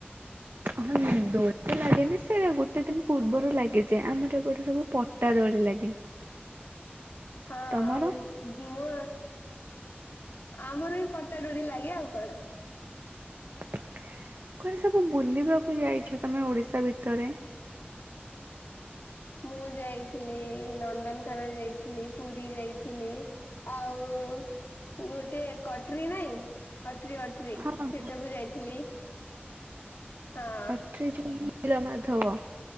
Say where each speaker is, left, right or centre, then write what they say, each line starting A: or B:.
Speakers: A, on the right; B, on the left.
A: ହଁ ଦୋଳି ତ ଲାଗେନି ସେଇଟା ଗୋଟେ ଦିନ ପୂର୍ବରୁ ଲାଗିଯାଏ ଆମର ଏପଟେ ସବୁ ପଟା ଦୋଳି ଲାଗେ।
B: ହଁ
A: ତମର?
B: ମୁଁ। ଆମର ବି ପଟା ଦୋଳି ଲାଗେ ଆଉ କଣ?
A: କୁଆଡେ ସବୁ ବୁଲିବାକୁ ଯାଇଛ ତମେ ଓଡିଶା ଭିତରେ
B: ମୁଁ ଯାଇଥିଲି ନନ୍ଦନକାନନ ଯାଇଥିଲି ପୁରୀ ଯାଇଥିଲି ଆଉ-ଉ ଗୋଟେ କଟରୀ ନାଇଁ ଅଟରି ଅଟରି
A: ହଁ ହଁ
B: ସେଟାକୁ ଯାଇଥିଲି। ହଁ
A: ଅଟ୍ରିଜେଡି। ନୀଳ ମାଧବ